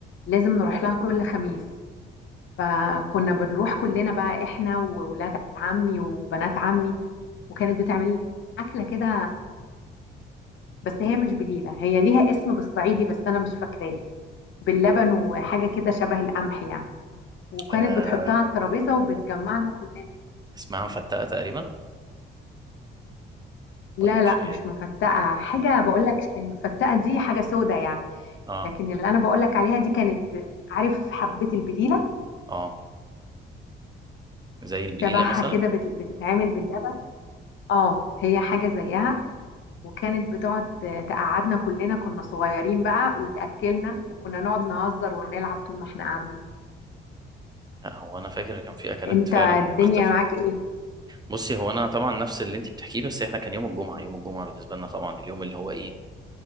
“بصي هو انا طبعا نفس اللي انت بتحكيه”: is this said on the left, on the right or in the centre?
Right